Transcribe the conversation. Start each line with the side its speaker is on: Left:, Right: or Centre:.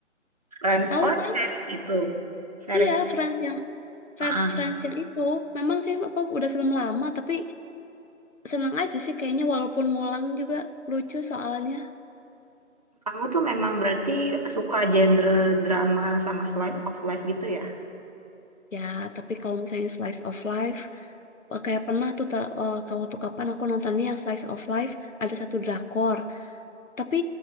Right: Friends,
Left: Tahu
Right: oh
Left: kan?
Right: series itu, series.
Left: Iya, Friends yang Fre-
Right: Ah,
Left: Friends yang itu, memang sih apa udah film lama, tapi seneng aja sih kayaknya walaupun ngulang juga lucu soalnya.
Right: Kamu tuh memang berarti suka genre drama sama slice of life gitu ya?
Left: Ya, tapi kalau misalnya slice of life, eh, kayak pernah tuh ter- eh, ke- waktu kapan aku nontonnya yang slice of life ada satu drakor, tapi